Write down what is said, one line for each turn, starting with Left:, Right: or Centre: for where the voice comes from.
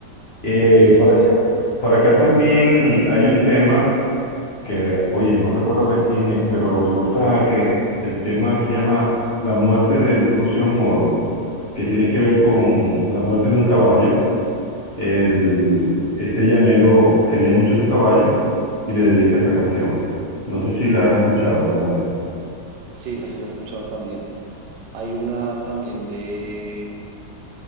Left: Eh,
Right: sí, sí,
Left: por
Right: sí,
Left: acá, por acá también hay un tema que, oye, no recuerdo de quién es, pero me gusta que el tema se llama La muerte del Rucio Moro, que tiene que ver con la muerte de un caballo. el, este llanero quería mucho su caballo y le dedica esa canción. No sé si la has escuchado alguna vez.
Right: sí, esa sí la he escuchado también. Hay una también de,